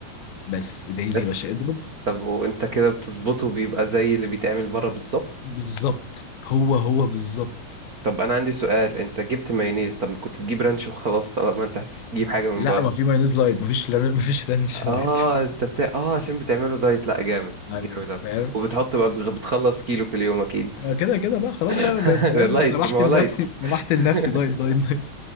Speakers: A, on the left (about 85°); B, on the right (about 80°).
A: بس ادعي
B: بس
A: لي يا باشا اضرب
B: طب وانت كده بتظبطه بيبقى زي اللي بيتعمل بره بالظبط
A: بالظبط هو هو بالظبط
B: طب انا عندي سؤال انت جبت مايونيز طب ما كنت تجيب رانش وخلاص طالما انت هتجيب حاجه من
A: لا
B: بره
A: ما في مايونيز لايت ما فيش لر- <laughs> ما فيش رانش لايت
B: اه انت بتاع اه عشان بتعمله دايت لا جامد
A: <laughs> ايوه
B: جامد أوي.
A: فاهم
B: وبتحط بقى بتغ- بتخلص كيلو في اليوم اكيد
A: آه، كده كده بقى خلاص
B: <laughs>
A: بقى ب- فاهم
B: لايت
A: سمحت
B: ما هو
A: لنفسي
B: لايت
A: سمحت لنفسي
B: <laughs>
A: دايت دايت دايت